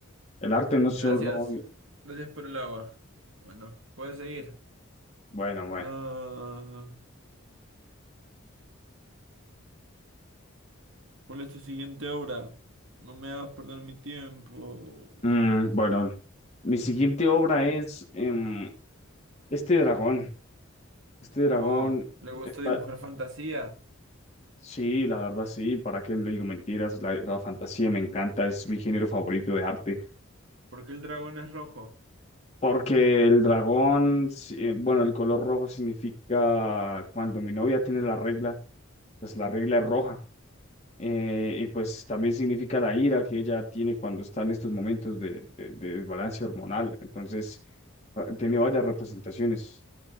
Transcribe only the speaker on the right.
Gracias.
Gracias por el agua. Bueno, puedes seguir.
Ah, ¿cuál es tu siguiente obra? No me hagas perder mi tiempo.
Oh, le gusta
dibujar fantasía.
¿Por qué el dragón es rojo?